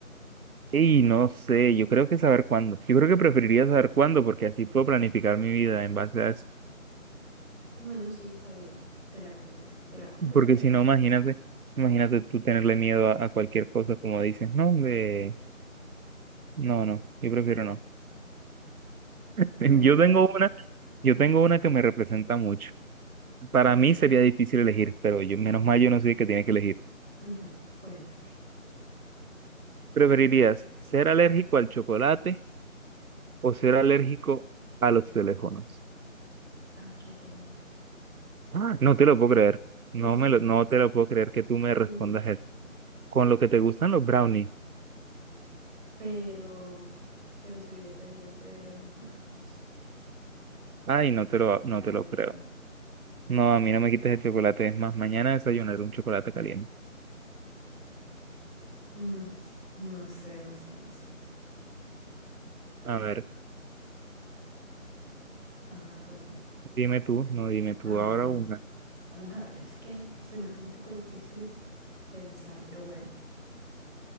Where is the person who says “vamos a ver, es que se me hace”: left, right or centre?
Centre